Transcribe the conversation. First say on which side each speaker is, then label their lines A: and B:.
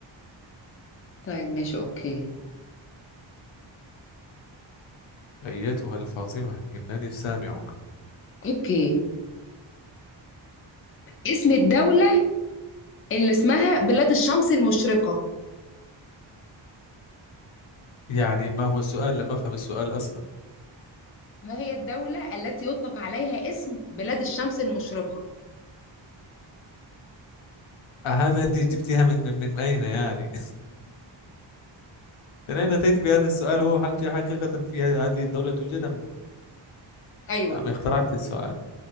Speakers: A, on the left; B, on the left.
A: طيب ماشي أوكي
B: أيتها الفاطمة إنني سامعك
A: أوكي اسم الدولة اللي اسمها بلاد الشمس المشرقة
B: يعني ما هو السؤال لم أفهم السؤال أصلا
A: ما هي الدولة التي يطلق عليها اسم بلاد الشمس المشرقة
B: هذا أنت جبتيها من من من أين يعني؟ <laughs> من أين أتيت بهذا السؤال هو هل في حقيقة في هذه الدولة توجد أم
A: أيوة
B: أم اخترعت السؤال؟